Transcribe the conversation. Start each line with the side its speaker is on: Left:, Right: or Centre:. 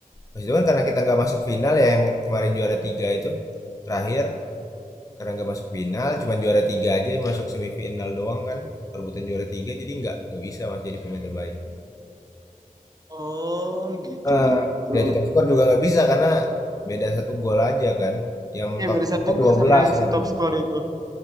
Left: Mas itu kan karena kita nggak masuk final ya, yang kemarin juara tiga itu terakhir karena nggak masuk final cuman juara tiga aja masuk semifinal doang kan perebutan juara tiga jadi nggak nggak bisa Mas jadi pemain terbaik.
Right: Oh, gitu
Left: Eh,
Right: gitu.
Left: jadi top skor juga nggak bisa karena beda satu gol aja kan. Yang
Right: Iya
Left: top
Right: beda
Left: skornya
Right: satu gol
Left: dua
Right: sama
Left: belas.
Right: yang
Left: Oh,
Right: si
Left: eh.
Right: top score itu.